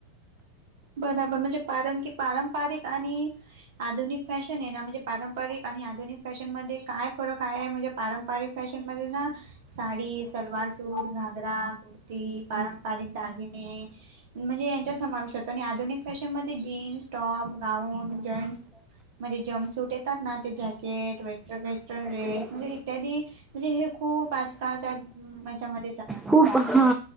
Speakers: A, on the right; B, in the centre.
A: <inaudible> बराबर म्हणजे कारण की पारंपरिक आणि आधुनिक फॅशन आहे ना म्हणजे पारंपरिक आणि आधुनिक फॅशन त्यामध्ये काय फरक आहे म्हणजे पारंपरिक फॅशन मध्ये ना साडी, सलवार सूट, घागरा, कुर्ता ती पारंपरिक दागिने म्हणजे यांच्या समावेश होतो आणि आधुनिक फॅशन मध्ये जीन्स, टॉप, गाउन, जेंट्स म्हणजे जम सूट येतात ना ते जॅकेट व वेस्टर्न ड्रेस
B: एकच
A: म्हणजे इत्यादी म्हणजे हे खूप आजकालच्या ह्याचा मधे
B: खूप हा